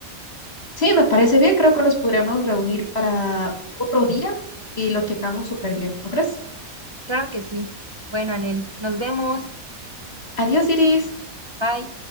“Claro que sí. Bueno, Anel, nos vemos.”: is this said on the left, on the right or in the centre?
Right